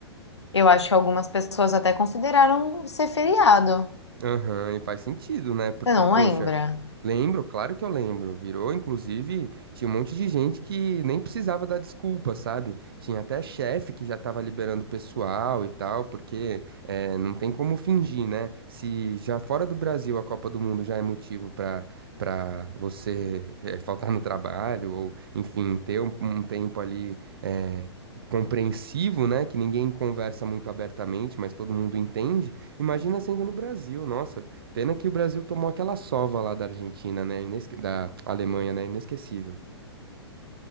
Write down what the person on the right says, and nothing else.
Aham, e faz sentido, né? Porque,
poxa,
Lembro, claro que eu lembro. Virou, inclusive, tinha um monte de gente que nem precisava dar desculpa, sabe? Tinha até chefe que já tava liberando o pessoal e tal, porque eh, não tem como fingir, né? Se já fora do Brasil a Copa do Mundo já é motivo pra para você eh, faltar no trabalho, ou, enfim, ter um, um tempo ali. eh, compreensivo, né, que ninguém conversa muito abertamente, mas todo mundo entende. Imagina sendo no Brasil, nossa, Pena que o Brasil tomou aquela sova lá da Argentina, né? Inesque- Da Alemanha, né? Inesquecível.